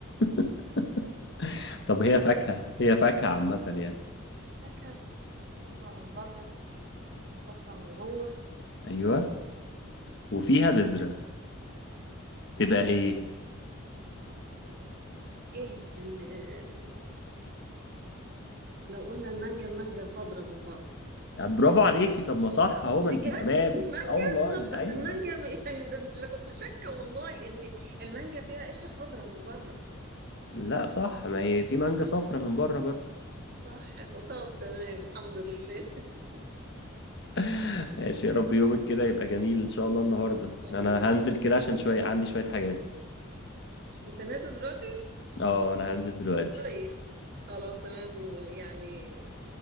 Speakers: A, on the left (about 55°); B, on the right (about 45°).
A: <laughs> طب
B: <laughs>
A: هي فاكهه هي فاكهه عامه يعني
B: فاكهة صفرة من بره وصفرة من جوه
A: ايوه وفيها بذره تبقى ايه
B: ايه ال- لو قلنا المانجا المانجا خضرة من بره
A: آه، برافو عليكي طب ما صح اهو
B: بجد
A: ما انت تمام
B: المانجا
A: اه والله
B: طب بس
A: ايوه
B: المانجا <laughs> يعني ده ده كنت شاكه والله لان المانجا فيها قشره خضراء من بره
A: لا صح ما هي في مانجا صفرا من بره برضو
B: صح طب تمام الحمد لله <laughs> ان
A: <laughs> ماشي يا رب يومك كده يبقى جميل ان شاء الله النهارده
B: شاء
A: انا
B: الله
A: هنزل
B: يا رب
A: كده عشان شويه عندي شويه حاجات
B: انت نازل دلوقتي
A: اه انا هنزل دلوقتي
B: طيب خلاص تمام يعني